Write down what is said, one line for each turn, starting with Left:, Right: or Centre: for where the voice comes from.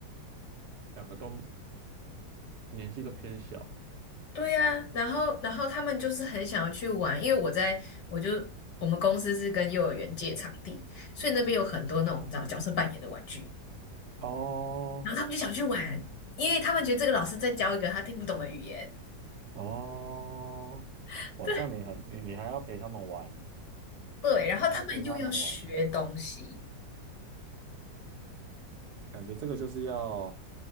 Right: 两个都年纪都偏小。
Left: 对呀、然后然后他们就是很想要去玩，因为我在我就我们公司是跟幼儿园借场地，所以那边有很多那种你知道角色扮演的玩具，
Right: 哦，
Left: 然后他们就想去玩，因为他们觉得这个老师在教一个他听不懂的语言。
Right: 哦，
Left: <laughs>
Right: 哇，
Left: 对，
Right: 这样你很你你还要陪他们玩，
Left: 对，然后他们又要学东西，
Right: 你还要陪他们玩，感觉这个就是要